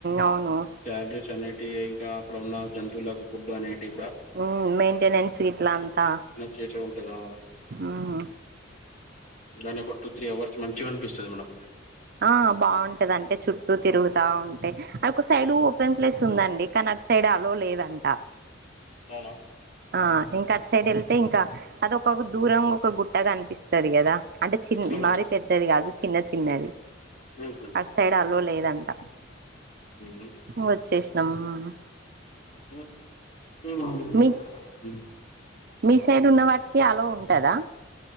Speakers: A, on the right; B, on the left.
A: అవునూ
B: సాలరీస్ అనేటీ ఇంకా అక్కడ ఉన్న జంతువులకు ఫుడ్ అనేటి కూడా
A: ఊ మెయిన్టెనెన్స్ ఇట్లా అంతా
B: చేచే ఉంటదా
A: అవునూ
B: దానికి ఒక టూ త్రీ అవర్స్ మంచిగా అనిపిస్తది మేడం
A: ఆ బాగుంటది అంటే చుట్టూ తిరుగుతా ఉంటయ్ ఒక సైడ్
B: మ్మ్.
A: ఓపెన్ ప్లేస్ ఉందండి కానీ అటు సైడ్ అలో లేదంట
B: అవునా
A: ఆ ఇంకా అట్ సైడ్ వెళ్తే ఇంకా అదో ఒక దూరం ఒక గుట్ట కనిపిస్తది కదా అంటే చిన్
B: మ్మ్
A: మరీ పెద్దది కాదు చిన్న చిన్నది
B: ఊహు
A: సైడు అలో లేదంట
B: <inaudible>
A: వచ్చేసినం మనము
B: ఊ మి మామతో తెప్పిచ్చుకున్న
A: మీ మీ సైడ్ ఉన్న వాటికి అలో ఉంటదా